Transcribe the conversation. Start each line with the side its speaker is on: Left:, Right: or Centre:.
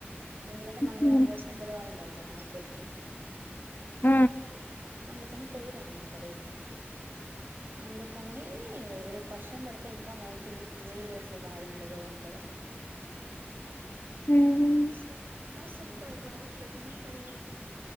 Right: ఎందుకంటే మంగళవారం
Left: హ్మ్.
Right: కోసినై బుధవారంకి ఎల్తాయి మార్కెట్ కి
Left: ఉ
Right: అందుకని కోయర్అన్నమాట రేపు అందుకని రేపు వర్షం పడితే ఇంకా మంచిది నీళ్లేసే బాధ ఉండదు ఏం ఉండ <unintelligible>
Left: హ్మ్.
Right: అసలు కాల్ సక్కగా రావట్లేదు ఎందుకని